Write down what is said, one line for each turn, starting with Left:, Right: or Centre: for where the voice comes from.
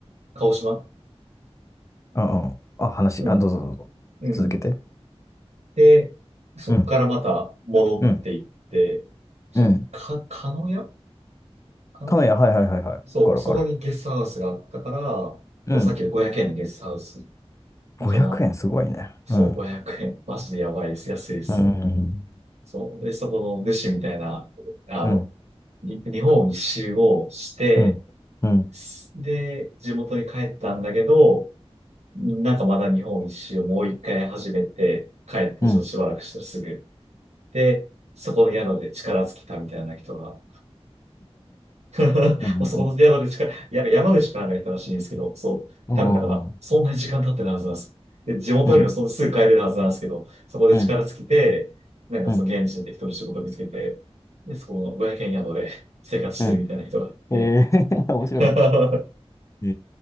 Right: 鹿児島
Left: あ、うん。あ、話、
Right: うん、
Left: あ、どうぞどうぞ。
Right: うん。
Left: 続けて。
Right: で、そこからまた戻っていって、
Left: うん。うん。
Right: じゃ、
Left: うん。
Right: か、鹿屋かな
Left: 鹿屋、はいはいはいはい。わかるわかる。
Right: そう、そこにゲストハウスがあったから、
Left: うん
Right: そのさっきの500円のゲストハウスに泊まって
Left: 500円すごいね。
Right: そう、
Left: うん。
Right: 500円。マジでやばいです。安いですよね。
Left: うう
Right: そう。で、そこの主みたいな、あの、
Left: ん。ん。
Right: に日本一周をして、
Left: うん。うん。うん。
Right: すで、地元に帰ったんだけど、なんかまだ日本一周をもう一回始めて、帰ってちょっとしばらくしたらすぐ。
Left: うん。
Right: で、そこの宿で力尽きたみたいな人が、<laughs>
Left: うん。
Right: そこの宿で力、や山口からがいたらしいんですけど、そう。
Left: うん。
Right: 多分だから、そんなに時間経ってるはずなんです。で、地元にもそんすぐ帰れるはずなんですけど、
Left: うん。
Right: そこで力尽きて、
Left: うん。うん。
Right: なんかその現地で適当に仕事見つけて、
Left: うん。
Right: で、そこの500円宿で生活してるみたいな人がいて。
Left: うんえー、面白いな。
Right: <laughs>
Left: え